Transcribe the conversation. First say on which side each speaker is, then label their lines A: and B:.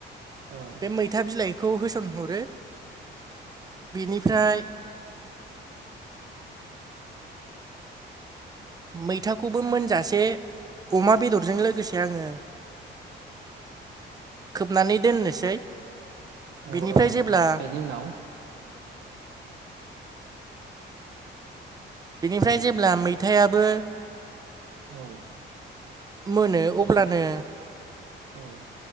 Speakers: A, on the right (about 65°); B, on the right (about 20°).
A: ओं ओं
B: बे मैथा बिलाइखौ होसनहरो। बेनिफ्राय। मैथाखौबो मोनजासे अमा बेदरजों लोगोसे आङो। खोबनानै दोननोसै
A: औ औ
B: बिनि।
A: औ
B: फ्राय जेब्ला
A: बेनि उनाव
B: बेनिफ्राय जेब्ला मैथायाबो।
A: औ
B: मोनो अब्लानो।
A: औ